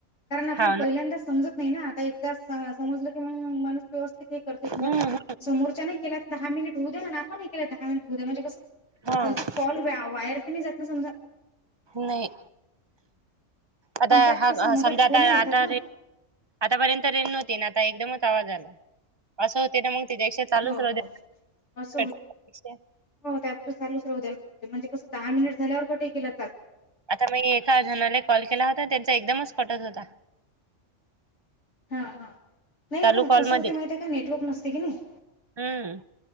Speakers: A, on the left; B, on the right.
A: कारण आपल्या
B: हाव ना.
A: पहिल्यांदा समजत. नाही ना आता एकदा समजलं की माणूस व्यवस्थित हे करते
B: हम्म
A: समजा समोरच्या नाही केला. दहा मिनिट होऊ द्या आपण दहा मिनिट होऊ म्हणजे कस
B: हम्म
A: फालतू कॉल वायर क समजा.
B: नाही. आता
A: आणि त्यात
B: हा
A: कसं मधात
B: समजा आता
A: फोनही येतात
B: आताे
A: ना.
B: आतापर्यंत रेन नव्हती ना. एकदमच आवाज आला असं होते ना मग त्याच्यापेक्षा चालूच
A: हो
B: राहू
A: हो
B: द्या
A: अस होत
B: कट
A: हो त्या चालूच राहू दे. म्हणजे कसं दहा मिनिट झाल्यावर कुठे केलं ल
B: आता मी एका जणाला कॉल केला होता त्यांचा एकदमच कटत होता.
A: हा हा नाही
B: चालू
A: ना मग
B: कॉलमध्ये
A: कसं होते माहिती आहे का नेटवर्क नसते की नाही.
B: हम्म.